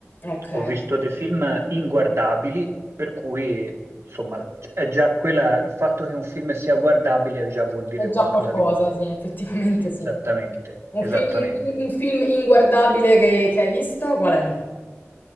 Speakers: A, on the left; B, on the right.
A: Okay.
B: Ho visto dei film inguardabili, per cui insomma è già quella, il fatto che un film sia guardabile già vuol dire
A: È già
B: qualcosa
A: qualcosa,
B: di buono.
A: sì, effettivamente
B: Sì,
A: sì.
B: esattamente,
A: Un
B: esattamente.
A: film in in un film inguardabile che che hai visto qual è?